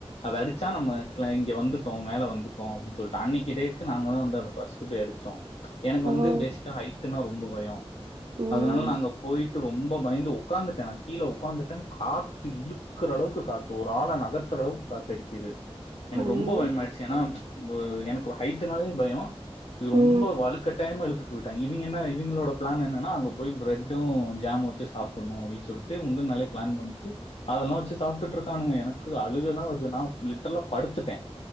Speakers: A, on the left (about 70°); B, on the right (about 55°).
A: அத அடிச்சா நம்ம க்ள இங்க வந்துட்டோ மேல வந்துட்டோ அப்டின் சொல்ட்டு அன்னைகிட்டேக்கு நாங்க தா வந்து அத ஃபர்ஸ் டு பேய் அடிச்சோ எனக்கு வந்து
B: ஆ
A: பேசிக்கா ஹைட் டுனா ரொம்ப பயொ
B: ம்
A: அதனால நாங்க போயிட்டு ரொம்ப பயந்து ஓக்காந்துட்ட நா கீழ ஒக்காந்துட்ட காத்து இழுக்குற அளவுக்கு காத்து ஒரு ஆள நகத்தற அளவுக்கு காத்து அடிக்குது எனக்கு
B: ஐயோ
A: ரொம்ப பயமாயிடுச்சு ஏன்னா எனக்கு ஹைட்டுனாலே பயொ இது ரொம்ப
B: ம்
A: வலுக்கட்டாயமா இழுத்துட்டு போயிட்டாங்க இவிங்க என்ன இவிங்களோட பிளான் என்னன்னா அங்க போய் பிரெட்டு ஜாம் வச்சு சாப்புண்ணு அப்டின் சொல்ட்டு முந்துன்னாலே பிளான் பண்ட்டு அதெல்லா வச்சு சாப்டுட்டு இருக்கானுங்க எனக்கு அழுகதா வருது நா லிட்ரலா படுத்துட்டே